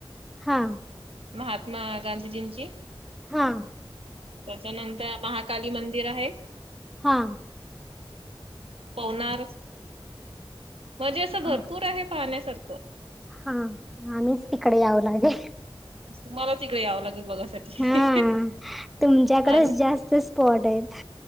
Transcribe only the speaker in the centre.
हा.
हा
हा
हा
हा आम्हीच तिकडे याव लागेल.
हा तुमच्याकडेच
जास्त. स्पॉट आहेत.